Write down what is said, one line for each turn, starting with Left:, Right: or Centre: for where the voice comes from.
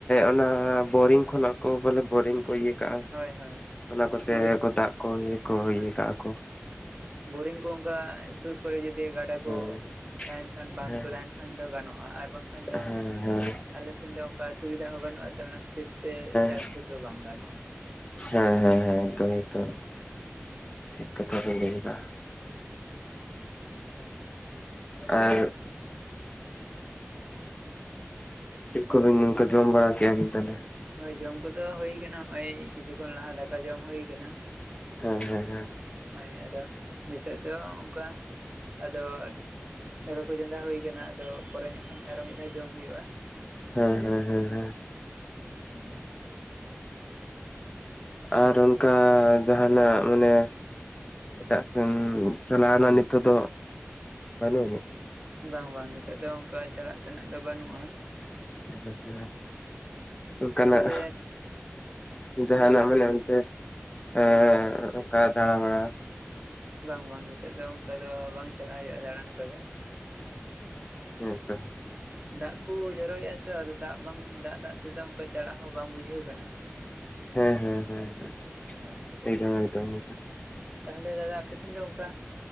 Left: ᱚᱱᱟ ᱵᱳᱨᱤᱝ ᱠᱷᱚᱱᱟᱜ ᱠᱚ ᱵᱚᱞᱮ ᱵᱳᱨᱤᱝ ᱠᱚ ᱤᱭᱟᱹ ᱠᱟᱜ
Right: ᱦᱳᱭ ᱦᱳᱭ
Left: ᱚᱱᱟ ᱠᱚᱛᱮ
Right: ᱵᱳᱨᱤᱝ
Left: ᱠᱚ ᱫᱟᱜ ᱠᱚ ᱤᱭᱟᱹ ᱠᱚ
Right: ᱦᱳᱭ
Left: ᱤᱭᱟᱹ
Right: ᱦᱳᱭ
Left: ᱠᱟᱜ-ᱟ ᱠᱚ,
Right: ᱵᱳᱨᱤᱝ ᱠᱚ ᱚᱱᱠᱟ ᱥᱩᱨ ᱠᱚᱨᱮ ᱡᱩᱚᱫᱤ ᱜᱟᱰᱟ ᱠᱚ
Left: ᱦᱮᱸ
Right: ᱛᱟᱦᱮᱱ ᱵᱟᱸᱫ
Left: ᱦᱮᱸ
Right: ᱠᱚ ᱛᱟᱦᱮᱱ ᱠᱷᱟᱱ ᱫᱚ ᱜᱟᱱᱚᱜᱼᱟ ᱟᱨ ᱵᱟᱝᱠᱷᱟᱱ ᱫᱚ
Left: ᱦᱮᱸ ᱦᱮᱸ
Right: ᱟᱞᱮ ᱥᱮᱱ ᱫᱚ ᱚᱱᱠᱟ ᱥᱩᱵᱤᱫᱷᱟ ᱦᱚᱸ ᱵᱟᱹᱱᱩᱜᱼᱟ ᱛᱚ ᱚᱱᱟ ᱠᱷᱟᱹᱛᱤᱨ ᱛᱮ ᱪᱟᱥ
Left: ᱦᱮᱸ
Right: ᱠᱚᱫᱚ ᱵᱟᱝ ᱜᱟᱱᱚᱜᱼᱟ᱾
Left: ᱦᱮᱸ ᱦᱮᱸ ᱦᱮᱸ ᱫᱚᱢ ᱫᱚᱢ᱾
Right: ᱦᱮᱸ᱾
Left: ᱴᱷᱤᱠ ᱠᱟᱛᱷᱟ ᱵᱮᱱ ᱞᱟᱹᱭ ᱫᱟ
Right: ᱚᱱᱠᱟᱱ ᱜᱚᱝᱠᱮ
Left: ᱟᱨ ᱪᱮᱜᱠᱚ ᱵᱤᱱ ᱱᱝᱠᱟ
Right: ᱦᱮᱸ
Left: ᱡᱚᱢ ᱵᱟᱲᱟ ᱠᱮᱭᱟ ᱵᱤᱱ ᱛᱟᱦᱮᱞᱮ?
Right: ᱦᱳᱭ ᱡᱚᱢ ᱠᱚᱫᱚ ᱦᱩᱭ ᱠᱟᱱᱟ ᱱᱚᱜᱼᱭ ᱠᱤᱪᱷᱩ ᱠᱷᱚᱱ ᱞᱟᱦᱟ ᱫᱟᱠᱟ ᱡᱚᱢ ᱦᱩᱭ ᱟᱠᱟᱱᱟ᱾
Left: ᱦᱮᱸ ᱦᱮᱸ ᱦᱮᱸ᱾
Right: ᱱᱚᱜᱭ ᱟᱫᱚ ᱱᱤᱛᱚᱜ ᱫᱚ ᱚᱱᱠᱟ ᱟᱫᱚ ᱫᱟᱠᱟ ᱠᱚ ᱪᱚᱸᱫᱟ ᱦᱩᱭ ᱟᱠᱟᱱᱟ ᱟᱫᱚ ᱯᱚᱨᱮ ᱧᱚᱜ ᱟᱨᱚ ᱢᱤᱫ ᱫᱷᱟᱣ ᱡᱚᱢ ᱦᱩᱭᱩᱜᱼᱟ᱾
Left: ᱦᱮᱸ ᱦᱮᱸ ᱦᱮᱸ ᱦᱮᱸ᱾
Right: ᱦᱮᱸ᱾
Left: ᱟᱨ ᱚᱱᱠᱟ ᱡᱟᱦᱟᱱᱟᱜ ᱢᱟᱱᱮ᱾ ᱮᱴᱟᱜ ᱥᱮᱱ ᱪᱟᱞᱟᱣᱱᱟ ᱱᱤᱛᱚᱜ ᱫᱚ ᱵᱟᱹᱱᱩᱜ ᱟᱹᱱᱤᱡ?
Right: ᱵᱟᱝ ᱵᱟᱝ ᱱᱤᱛᱚᱜ ᱫᱚ ᱚᱱᱠᱟ ᱪᱟᱞᱟᱜ ᱛᱮᱱᱟᱜ ᱫᱚ ᱵᱟᱹᱱᱩᱜᱼᱟ᱾
Left: ᱦᱮᱸ ᱦᱮᱸ ᱚᱱᱠᱟᱱᱟᱜ
Right: ᱚᱱᱛᱮ ᱟᱫᱚ
Left: ᱡᱟᱦᱟᱸᱱᱟᱜ
Right: ᱟᱯᱮ
Left: ᱢᱟᱱᱮ ᱚᱱᱛᱮ ᱮᱸ
Right: ᱦᱳᱭ ᱦᱳᱭ
Left: ᱚᱱᱠᱟ ᱫᱟᱲᱟ ᱵᱟᱲᱟ᱾
Right: ᱵᱟᱝ ᱵᱟᱝ ᱱᱤᱛᱚᱜ ᱫᱚ ᱚᱱᱠᱟ ᱫᱚ ᱵᱟᱝ ᱪᱟᱞᱟᱜ ᱦᱩᱭᱩᱜᱼᱟ ᱫᱟᱬᱟᱱ ᱠᱚᱫᱚ᱾
Left: ᱦᱮᱸ ᱛᱚ᱾
Right: ᱫᱟᱜ ᱠᱚᱭ ᱡᱚᱨᱚᱭᱮᱫᱼᱟ ᱛᱚ ᱟᱫᱚ ᱫᱟᱜ ᱵᱟᱝ ᱫᱟᱜ ᱫᱟᱜ ᱛᱮᱫᱚ ᱚᱱᱠᱟ ᱪᱟᱞᱟᱜ ᱦᱚᱸ ᱵᱟᱝ ᱵᱩᱡᱷᱟᱹᱣ ᱠᱟᱱᱟ᱾
Left: ᱦᱮᱸ ᱦᱮᱸ ᱦᱮᱸ ᱦᱮᱸ
Right: ᱦᱮᱸ
Left: ᱮᱠᱫᱚᱢ ᱮᱠᱫᱚᱢ ᱮᱠᱫᱚᱢ᱾
Right: ᱛᱟᱦᱚᱞᱮ ᱫᱟᱫᱟ ᱟᱯᱮ ᱥᱮᱱ ᱫᱚ ᱚᱱᱠᱟ